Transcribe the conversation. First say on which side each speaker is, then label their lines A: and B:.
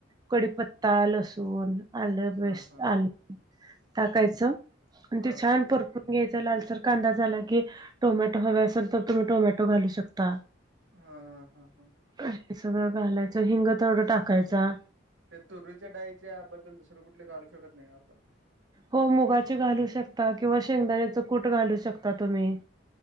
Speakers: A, on the right; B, on the right.
A: कडीपत्ता लसूण आलं
B: हा
A: पेस्ट
B: हा
A: आलं टाकायचं आणि
B: हा
A: ते छान परपूर घ्यायचा लालसर कांदा झाला कि टोमॅटो हवे असेल तर तुम्ही टोमॅटो घालू शकता
B: हा हा हा हा
A: हे सगळं घालायचं हिंग तेवढं टाकायचा
B: त्या तुरूच्या डाईच्या बद्दल दुसरं कुठले कालू शकत नाही आपण
A: हो मुगाचे घालू शकता किंवा शेंगदाण्याचं कूट घालू शकता तुम्ही